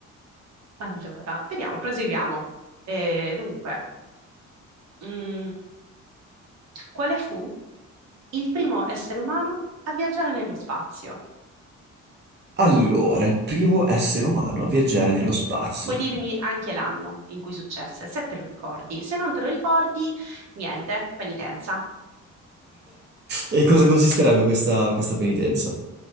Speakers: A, on the right (about 60°); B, on the right (about 35°).
A: Allora, vediamo, proseguiamo. Eh, dunque, mm, quale fu il primo essere umano a viaggiare nello spazio?
B: Allora, il primo essere umano a viaggiare nello spazio.
A: Puoi dirmi anche l'anno in cui successe, se te lo ricordi. Se non te lo ricordi, niente, penitenza.
B: E in cosa consisterebbe questa, questa penitenza?